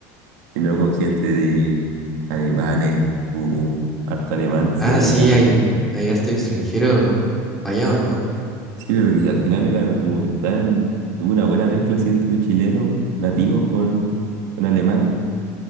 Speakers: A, on the right; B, in the centre.
A: sino con gente de alemanes, hubo un harto alemán, decían
B: Ah,
A: allá.
B: sí, hay, hay arte extranjero para allá, ¿o no?
A: Sí, pero que al final era como que estaban, hubo una buena mezcla así entre chilenos nativos con, con alemanes.